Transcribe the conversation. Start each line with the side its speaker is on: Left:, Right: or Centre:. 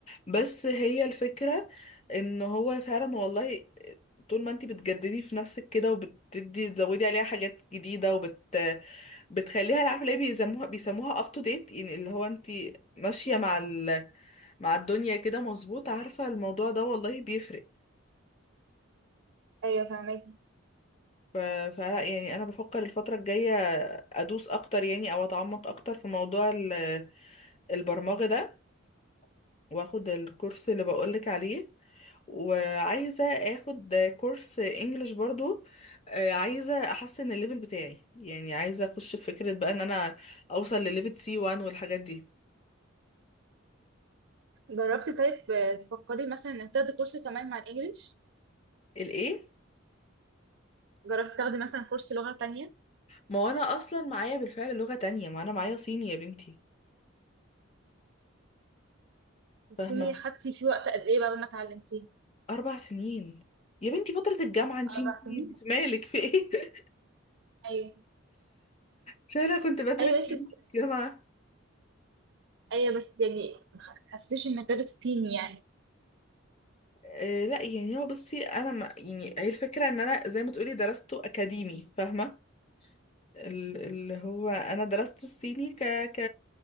Left: بس هي الفكرة إن هو فعلا والله طول ما انتي بتجددي في نفسك كده وبتدي تزودي عليها حاجات جديدة وبت بتخليها عارفة ليه بيسموها بيسموها up to date يعني اللي هو انتي ماشية مع ال... مع الدنيا كده مظبوط عارفة الموضوع ده والله بيفرق
Right: ايوه فهمك
Left: ف- فلا يعني انا بفكر الفتره الجايه ادوس اكتر يعني او اتعمق اكتر في موضوع ال- البرمجه ده واخد الكورس اللي بقولك عليه وعايزه اخد كورس انجليش برضو آه، عايزه احسن الليفل بتاعي يعني عايزه اخش في فكره بقى ان انا اوصل لليفل سي 1 والحاجات دي
Right: جربتي طيب آه، تفكري مثلا انك تاخدي كورس كمان مع الانجليش
Left: الايه
Right: جربتي تاخدي مثلا كورس لغه تانية
Left: ما هو انا اصلا معايا بالفعل لغه تانية ما انا معايا صيني يا بنتي
Right: الصيني
Left: فاهمه مش
Right: خدتي فيه وقت قد ايه بقى ما اتعلمتيه
Left: اربع سنين يا بنتي فتره الجامعه انتي
Right: اربع
Left: انتي
Right: سنين
Left: انتي في مالك في ايه
Right: ايوه
Left: عشان انا كنت بدرس
Right: ايوه انت
Left: سينما في الجامعة
Right: ايوه بس يعني ما حسيتش ان غير الصيني يعني
Left: آه لا يعني هو بصي انا ما يعني هي الفكرة ان انا زي ما تقولي درسته اكاديمي فاهمة ال- اللي هو انا درست الصيني ك ك